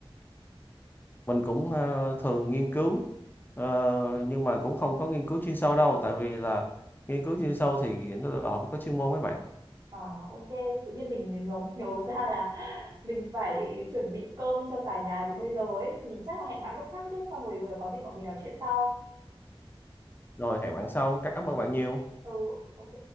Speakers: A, on the left; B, on the right.
A: Mình cũng ờ, thường nghiên cứu, ờ, nhưng mà cũng không có nghiên cứu chuyên sâu đâu. Tại vì là nghiên cứu chuyên sâu thì nó đòi hỏi phải có chuyên môn với bạn.
B: À, ok, tự nhiên mình nhớ, nhớ ra là <laughs> mình phải chuẩn bị cơm cho cả nhà từ bây giờ ấy thì chắc là hẹn bạn lúc khác chứ xong rồi có gì bọn mình nói chuyện sau.
A: Rồi hẹn bạn sau. Cảm
B: Ừ.
A: ơn bạn nhiều.
B: Ừ, ok.